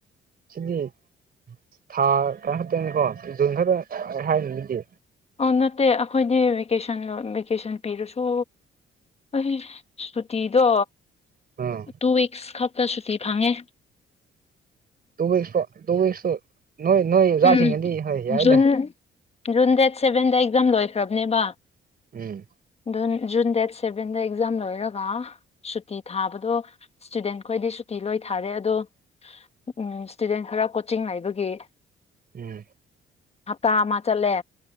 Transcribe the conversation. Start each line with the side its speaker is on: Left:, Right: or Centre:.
Right: ꯁꯤꯗꯤ ꯊꯥ ꯀꯔ ꯈꯛꯇꯪꯅꯤꯀꯣ ꯖꯨꯟ ꯈꯛꯇ ꯑꯩ ꯍꯥꯏꯅꯤꯡꯉꯤꯗꯤ
Left: ꯑꯣ ꯅꯠꯇꯦ ꯑꯈꯣꯏꯗꯤ ꯚꯦꯀꯦꯁꯟ ꯚꯦꯀꯦꯁꯟ ꯄꯤꯔꯁꯨ ꯑꯩ ꯁꯨꯇꯤꯗꯣ
Right: ꯎꯝ
Left: ꯇꯨ ꯋꯤꯛꯁ ꯈꯛꯇ ꯁꯨꯇꯤ ꯐꯪꯉꯦ
Right: ꯇꯨ ꯋꯤꯛꯁꯄꯨ ꯇꯨ ꯋꯤꯛꯁꯨ ꯅꯣꯏ ꯅꯣꯏ ꯑꯣꯖꯥꯁꯤꯡꯒꯗꯤ
Left: ꯎꯝ
Right: ꯍꯣꯏ ꯌꯥꯏꯗ
Left: ꯖꯨꯟ ꯖꯨꯟ ꯗꯦꯠ ꯁꯚꯦꯟꯗ ꯑꯦꯛꯖꯥꯝ ꯂꯣꯏꯈ꯭ꯔꯕꯅꯦꯕ
Right: ꯎꯝ
Left: ꯗꯨꯟ ꯖꯨꯟ ꯗꯦꯠ ꯁꯚꯦꯟꯗ ꯑꯦꯛꯖꯥꯝ ꯂꯣꯏꯔꯒ ꯁꯨꯇꯤ ꯊꯥꯕꯗꯣ ꯁ꯭ꯇꯨꯗꯦꯟ ꯈꯣꯏꯗꯤ ꯁꯨꯇꯤ ꯂꯣꯏ ꯊꯥꯔꯦ ꯑꯗꯣ ꯎꯝ ꯏꯁ꯭ꯇꯨꯗꯦꯟ ꯈꯔ ꯀꯣꯆꯤꯡ ꯂꯩꯕꯒꯤ
Right: ꯎꯝ
Left: ꯍꯞꯇꯥ ꯑꯃ ꯆꯠꯂꯦ